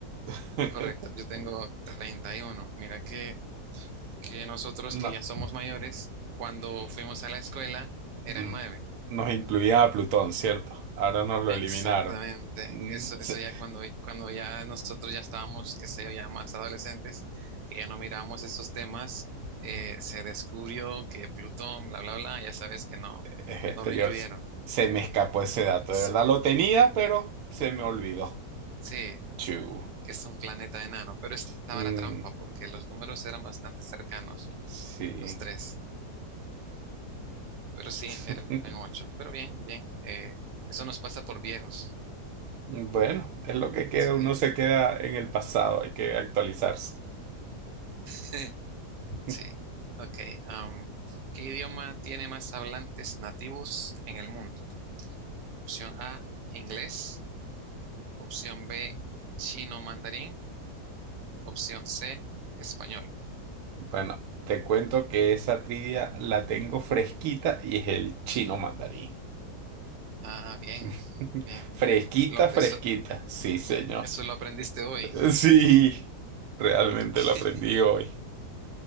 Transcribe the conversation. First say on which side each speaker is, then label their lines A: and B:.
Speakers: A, on the right; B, on the right.
A: <laughs>
B: Correcto, yo tengo 31. Mira que, que nosotros
A: No,
B: que ya somos mayores, cuando fuimos a la escuela eran
A: mm,
B: 9.
A: nos incluían a Plutón, ¿cierto? Ahora nos lo
B: Exactamente,
A: eliminaron. Mm,
B: eso,
A: se-
B: eso ya cuando, cuando ya nosotros ya estábamos, qué sé yo, ya más adolescentes, que ya no miramos estos temas, eh, se descubrió que Plutón, bla, bla, bla, ya sabes que no,
A: es exterior.
B: no lo incluyeron,
A: Se me escapó ese dato.
B: que
A: De
B: es
A: verdad
B: un,
A: lo tenía, pero se me olvidó.
B: sí,
A: Chu.
B: que es un planeta enano, pero estaba
A: Mm,
B: la trampa porque los números eran bastante cercanos,
A: sí.
B: los tres, pero sí,
A: <laughs>
B: eran ocho, pero bien, bien, eh, eso nos pasa por viejos,
A: Bueno, es lo que queda.
B: sí.
A: Uno se queda en el pasado. Hay que actualizarse.
B: <laughs> Sí.
A: <laughs>
B: Ok. am, ¿qué idioma tiene más hablantes nativos en el mundo? Opción A, inglés. Opción B, chino mandarín. Opción C, español.
A: Bueno, te cuento que esa trivia la tengo fresquita y es el chino mandarín.
B: Ah, bien,
A: <laughs>
B: bien.
A: Fresquita,
B: Lo-
A: fresquita.
B: eso,
A: Sí, señor.
B: eso lo aprendiste hoy.
A: <laughs> Sí, realmente
B: <laughs>
A: lo aprendí hoy.